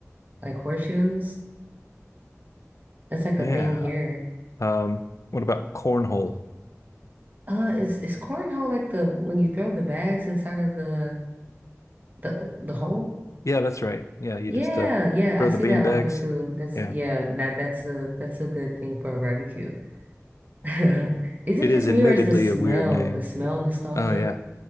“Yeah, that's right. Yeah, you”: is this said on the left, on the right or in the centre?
Left